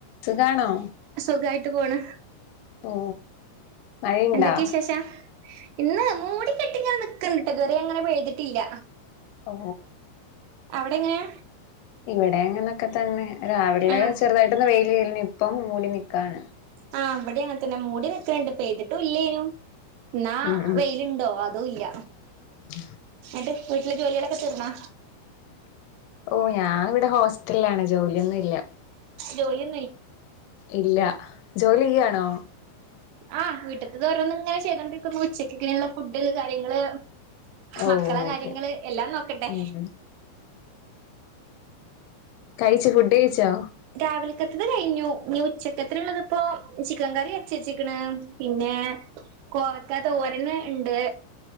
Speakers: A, on the left; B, on the right.
A: സുകാണോ
B: സുഖായിട്ട് പോണ്
A: ഓ മഴയുണ്ടാ
B: എന്തൊക്കെ ശേഷം ഇന്ന് മൂടി കെട്ടി ഇങ്ങനെ നിക്കുന്നുട്ടോ ഇതുവരെ അങ്ങനെ പെയ്തിട്ടില്ല
A: ഓ
B: അവിടെ എങ്ങനെയാ
A: ഇവിടെ അങ്ങനൊക്കെ തന്നെ രാവിലെ
B: ആഹ്
A: ചെറുതായിട്ടന്ന് വെയില് ന്നെ ഇപ്പം മൂടി കാണ
B: ആ ഇവിടെ അങ്ങനെ തന്നെ മൂടി നിക്കണ്ട് പെയ്തിട്ടും ഇല്ലേനും എന്നാ
A: ഉം
B: വെയിലുണ്ടോ അതും ഇല്ല
A: ഉം
B: ട്ട് വീട്ടിലെ ജോലികളൊക്കെ തീർന്നാ
A: ഓ ഞാൻ ഇവിടെ ഹോസ്റ്റലില ആണ് ജോലിയൊന്നും ഇല്ല
B: ജോലി
A: ഇല്ല ജോലി ചെയ്യാണോ
B: ആ വീട്ട്ത്ത തോരോന്ന ഇങ്ങനെ ചെയ്തോണ്ടിരിക്കുന്നു ഉച്ചക്ക ഇങ്ങനെയുള്ള ഫുഡ് കാര്യങ്ങള്
A: ഓ
B: മക്കളെ കാര്യങ്ങള്
A: ഓക്കെ
B: എല്ലാം നോക്കണ്ടെ
A: ഉം കഴിച്ച ഫുഡ് കഴിച്ചോ
B: രാവിലക്കത്തത് കഴിഞ്ഞു നീ ഉച്ചക്കത്തള്ളതിപ്പോ ചിക്കൻ കറി വച്ചച്ചിക്കണ് പിന്നെ കോവക്ക തോരന് ഉണ്ട്